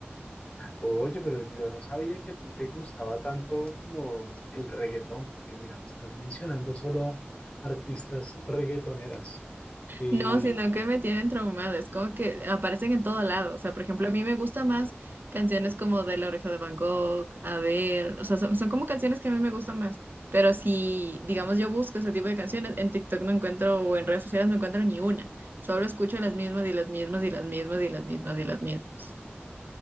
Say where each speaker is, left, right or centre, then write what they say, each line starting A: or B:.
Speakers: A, on the left; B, on the right.
A: Oye, pero yo no sabía que a ti te gustaba tanto como el reggaetón, porque mira, me estás mencionando solo artistas reggaetoneras. Y
B: No, sino que me tienen traumada, es como que aparecen en todo lado, o sea, por ejemplo, a mí me gusta más canciones como de La Oreja de Van Gogh, Adele, o sea, son, son como canciones que a mí me gustan más, pero si, digamos, yo busco ese tipo de canciones, en TikTok no encuentro o en redes sociales no encuentro ni una, solo escucho las mismas y las mismas y las mismas y las mismas y las mismas.